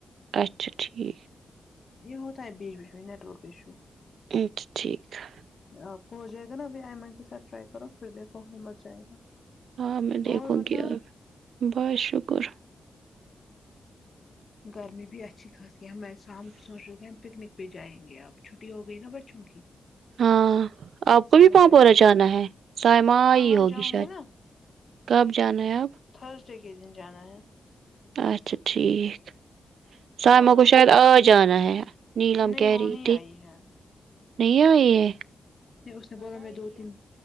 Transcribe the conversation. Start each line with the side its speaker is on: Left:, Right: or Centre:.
Right: اچھا ٹھیک
Left: یہ ہوتا ہے بیچ بیچ میں نیٹ ورک ایشو
Right: اچھ ٹھیک ہے
Left: آپ کو ہو جائے گا نا ابھی آئیمن کے ساتھ ٹرائی کرو پھر دیکھو وہ مت جائے گا
Right: ہاں میں دیکھوں
Left: اور بتاؤ
Right: گی آپ بہت شکر
Left: گرمی بھی اچھی خاصی ہے ہم میں شام سوچ رہے تھے ہم پکنک پہ جائیں گے آپ چھٹی ہو گئی نا بچوں کی
Right: ہاں آپ کو
Left: سمر
Right: بھی پاپورہ
Left: ویکیشن
Right: جانا ہے سائمہ
Left: ہاں
Right: آئی
Left: ہاں
Right: ہوگی
Left: جاؤں
Right: شاید
Left: گی نا
Right: کب جانے ہیں آپ
Left: تھرس ڈے کے دن جانا ہے
Right: اچھا ٹھیک سائما
Left: ہاں
Right: کو شاید آج جانا ہے نیلم
Left: نہیں
Right: کہہ
Left: وہ
Right: رہی
Left: نہیں
Right: تھی
Left: آئی ہے
Right: نہیں آئی یہ
Left: نہیں اس نے بولا میں دو تین